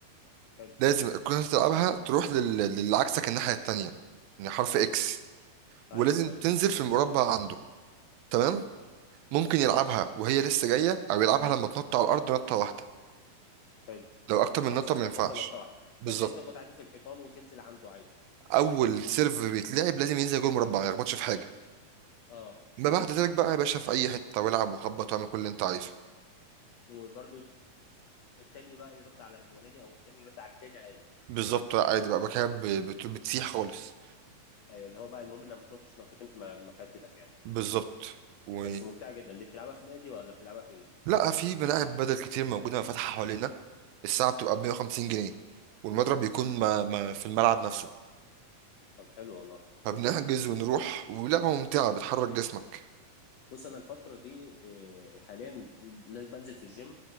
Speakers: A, on the left (about 80°); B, on the right (about 80°).
A: حلو
B: لازم تكون انت تلعبها تروح لل... للي عكسك الناحية التانية يعني حرف
A: حلو
B: اكس ولازم
A: ايوه ايوه
B: تنزل في المربع عنده تمام
A: حلو
B: ممكن يلعبها وهي لسه جاية او يلعبها لما تنط على الارض نطة واحدة
A: حلو
B: لو اكتر من
A: اقصى
B: نطة
A: حاجه
B: ما ينفعش
A: بتنط نطه واحده
B: بالظبط
A: بس هي بتخبط عادي في الحيطان وتنزل عنده عادي
B: اول سيرف بيتلعب لازم ينزل جوه المربع ما يخبطش في حاجة
A: اه
B: ما بعد ذلك بقى يا باشا في اي حتة والعب وخبط واعمل كل اللي انت عايزه
A: وبرده التاني بقى يرد على الاولاني او التاني يرد على التاني عادي
B: بالظبط عادي بقى بقى كده ب- بت... بتسيح خالص
A: ايوه اللي هو بقى المهم انك ما تنطش نطتين في م- محيطتك يعني
B: بالظبط و...
A: بس ممتعة جدا دي بتلعبها في نادي ولا بتلعبها فين؟
B: لا في ملاعب بدل كتير موجوده فاتحه حوالينا الساعه بتبقى
A: امم
B: ب 150 جنيه والمضرب بيكون ما ما في الملعب نفسه
A: طب حلو والله كويس
B: فبنحجز
A: جدا
B: ونروح ولعبه ممتعه بتحرك جسمك
A: بص انا الفترة دي إيه، حاليا ناس بنزل في الجيم